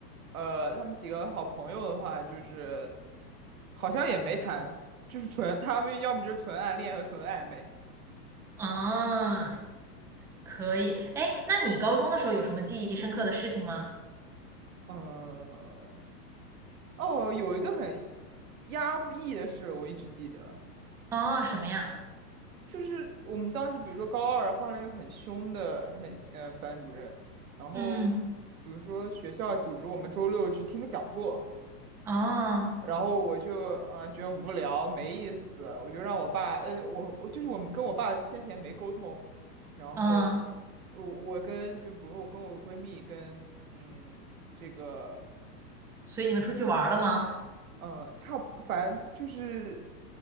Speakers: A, on the right; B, in the centre.
A: 呃，他们几个好朋友的话，就是好像也没谈，就是纯他们要么就是纯暗恋和纯暧昧。
B: 啊，可以，哎，那你高中的时候有什么记忆深刻的事情吗？
A: 嗯，哦，有一个很压抑的事，我一直记得。
B: 啊，什么呀？
A: 就是我们当时，比如说高二换了一个很凶的很嗯、呃班主任，然后
B: 嗯，
A: 比如说学校组织我们周六去听个讲座，
B: 啊
A: 然后我就啊觉得无聊没意思，我就让我爸呃我我就是我跟我爸先前没沟通，然后
B: 嗯，
A: 我我跟就比如说我跟我闺蜜跟嗯这个
B: 所以你们出去玩儿了吗？
A: 嗯、呃差不反正就是